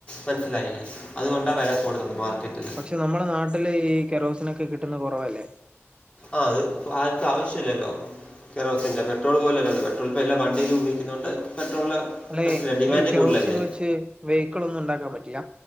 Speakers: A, on the left; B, on the right.
A: മനസ്സിലായില്ലേ അതുകൊണ്ടാണ് വെല കൂടുന്നത് മാർക്കറ്റിൽ
B: പക്ഷെ നമ്മുടെ നാട്ടില് ഈ കറോസിനൊക്കെ കിട്ടുന്ന കുറവല്ലേ
A: ആഹ് അത് ആർക്കും ആവശ്യല്ലല്ലോ കെറോസിൻ പെട്രോൾ പോലെയല്ല പെ ട്രോൾ ഇപ്പോൾ എാല്ലാ വണ്ടിലും ഉപയോഗിക്കുന്നത് കൊണ്ട് പെട്രോളിന്
B: അല്ലെ
A: മനസ്സിലായി ഡിമാൻഡ്
B: ഈ കെറോസിൻ
A: കൂടുതലല്ലേ
B: വെച്ച് വേഹിക്കിളൊന്നും ഉണ്ടാക്കാൻ പറ്റില്ല